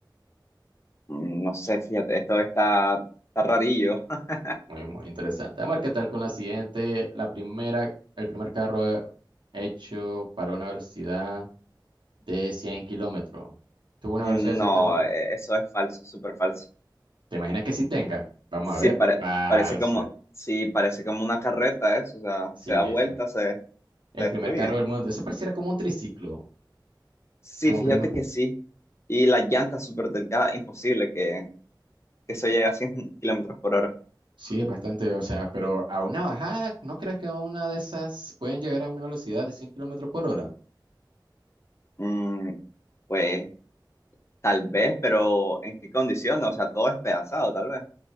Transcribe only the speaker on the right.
Muy, muy interesante. Vamos a ver qué tal con la siguiente. La primera, el primer carro hecho para una velocidad de 100 kilómetros. Tuvo una
velocidad de 100
kilómetros.
¿Te imaginas que sí tenga? Vamos
a ver.
Falso.
Sí,
sí.
El
primer carro del mundo. Eso pareciera como un triciclo,
como
prima.
Sí, es bastante, o sea, pero a una bajada, ¿no crees que a una de esas pueden llegar a una velocidad de 100 kilómetros por hora?